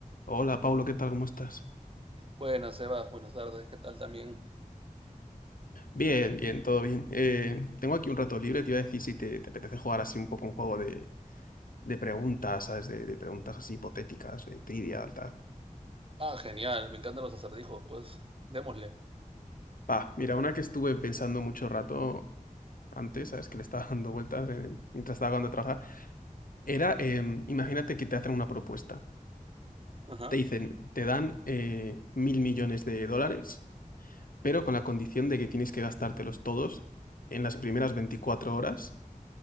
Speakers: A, on the left; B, on the right.
A: Hola, Pablo, ¿qué tal? ¿Cómo estás?
B: Buenas, Sebas, buenas tardes, ¿qué tal también?
A: Bien, bien, todo bien. Eh, tengo aquí un rato libre, te iba a decir si te, te apetece jugar así un poco un juego de, de preguntas, ¿sabes? De, de preguntas así hipotéticas, de trivia, tal.
B: Ah, genial, me encantan los acertijos, pues démosle.
A: Va, mira, una que estuve pensando mucho rato antes, ¿sabes? Que le estaba <laughs> dando vueltas eh, mientras estaba acabando de trabajar. Era, em, imagínate que te hacen una propuesta.
B: Ajá,
A: Te dicen, te dan eh, mil millones de dólares, pero con la condición de que tienes que gastártelos todos en las primeras 24 horas